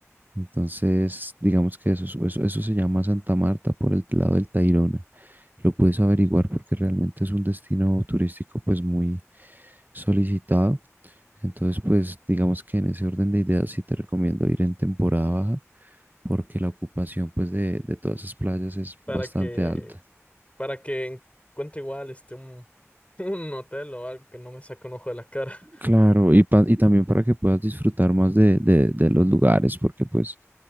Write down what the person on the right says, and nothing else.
Entonces, digamos que eso, es- eso, eso se llama Santa Marta por el lado del Tayrona. Lo puedes averiguar porque realmente es un destino turístico pues muy solicitado. Entonces, pues digamos que en ese orden de ideas sí te recomiendo ir en temporada baja porque la ocupación pues de, de todas esas playas es
bastante
alta.
Claro, y, pa- y también para que puedas disfrutar más de, de, de los lugares, porque pues